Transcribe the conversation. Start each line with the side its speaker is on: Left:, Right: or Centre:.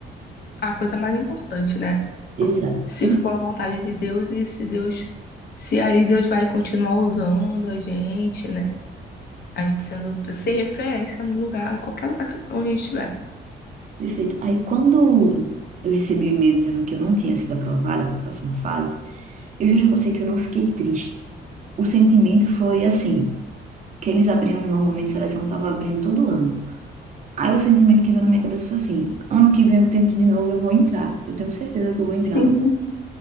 Left: a coisa mais importante, né?
Right: Exato.
Left: se
Right: Então,
Left: for a vontade de Deus e se Deus, se ali Deus vai continuar usando a gente, né? A gente sendo, ser referência no lugar, em qualquer lugar que, onde a gente estiver.
Right: Perfeito. Aí quando eu recebi o e-mail dizendo que eu não tinha sido aprovada para a próxima fase, Eu juro a você que eu não fiquei triste. O sentimento foi assim, que eles abriam normalmente, a seleção tava abrindo todo ano. Aí o sentimento que veio na minha cabeça foi assim, ano que vem eu tento de novo, eu vou entrar. Eu tenho certeza que eu vou entrar.
Left: Sim,